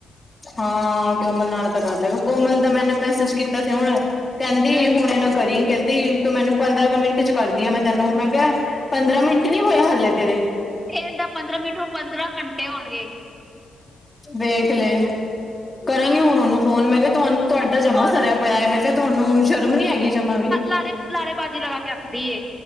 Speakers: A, on the left; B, in the centre.
A: ਹਾਂ ਕੋਮਲ ਨਾਲ ਤਾਂ ਕਰ ਲੈਗਾ, ਕੋਮਲ ਦਾ ਮੈਨੇ ਮੈਸੇਜ ਕੀਤਾ ਸੀ ਹੁਣ ਕਹਿੰਦੀ
B: ਹੂੰ
A: ਹੁਣੇ ਨਾਂ ਕਰੀ ਕਹਿੰਦੀ ਤੂੰ ਮੈਨੂੰ ਪੰਦਰਾਂ ਕੁ ਮਿੰਟ 'ਚ ਕਰਦੀ ਆ, ਮੈਂ ਤੈਨੂੰ ਮੈਂ ਕਿਹਾ ਪੰਦਰਾਂ ਮਿੰਟ ਨੀ ਹੋਇਆ ਹਾਲੇ ਤੇਰੇ
B: ਏ ਤਾਂ ਪੰਦਰਾਂ ਮਿੰਟ ਨੂੰ, ਪੰਦਰਾਂ ਘੰਟੇ ਹੋਣਗੇ
A: ਵੇਖ ਲੈ ਕਰਾਂਗੀ ਹੁਣ ਉਨੂੰ ਫੋਨ ਮੈਂ ਕਿਹਾ ਤੁਹਾਨੂੰ ਤੁਹਾਡਾ ਜਮਾ
B: ਉਹ
A: ਸਰਿਆ ਪਿਆ ਏ, ਮੈਂ ਕਿਹਾ ਤੁਹਾਨੂੰ ਸ਼ਰਮ ਨੀ ਹੈਗੀ ਜਮਾ ਵੀ
B: ਨਾਲ਼ੇ ਲਾਰੇ ਬਾਜੀ ਲਗਾ ਕੇ ਰੱਖਦੀ ਏ